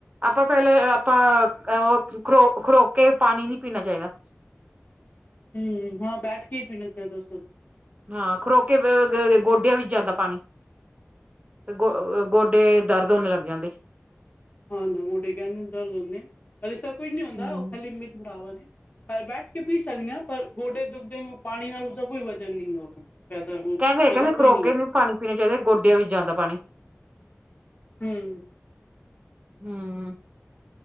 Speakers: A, on the right (about 30°); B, on the left (about 40°).
A: ਆਪਾਂ ਪਹਿਲੇ ਆਪਾਂ ਉਹ। ਖਰੋ ਖਰੋਕ ਕੇ ਪਾਣੀ ਨੀ ਪੀਣਾ ਚਾਹੀਦਾ।
B: ਹਮ ਹਾਂ ਬੈਠ ਕੇ ਪੀਣਾ ਚਾਹੀਦਾ।
A: ਹਾਂ ਖਲੋ ਕੇ ਗੋਡਿਆਂ ਵਿੱਚ ਜਾਂਦਾ ਪਾਣੀ। ਤੇ ਗੋ ਗੋਡੇ ਦਰਦ ਹੋਨੇ ਲੱਗ ਜਾਂਦੇ
B: ਹਾਂ ਨਾ ਗੋਡੇ ਕਹਿੰਦੇ ਦਰ ਲਉਦੇ ਪਰ ਇਸਦਾ ਕੋਈ ਨੀ ਆਉਂਦਾ
A: ਹੂੰ।
B: ਉਹ ਖਾਲੀਮੀਤ ਬੜਾਵਾ ਨੇ। ਘ ਬੈਠ ਕੇ ਪੀ ਸਕਦੇ ਹਾਂ ਪਰ ਗੋਡੇ ਦੁੱਖਦੇ ਨੇ ਪਾਣੀ ਨਾਲ ਉਸਦਾ ਕੋਈ ਵਜ਼ਨ ਨਹੀਂ ਹੈ ਉਸ ਨਾਲ। ਪੈਦਾ
A: ਕਹਿੰਦੇ
B: ਵਜ੍ਹਾ
A: ਕਹਿੰਦੇ
B: ਕੋਈ
A: ਨੇ ਖਲੋ ਕੇ ਨਹੀਂ ਪੀਣਾ ਚਾਹੀਦਾ ਗੋਡਿਆਂ ਚ ਜਾਂਦਾ ਪਾਣੀ।
B: ਹਮ।
A: ਹਮ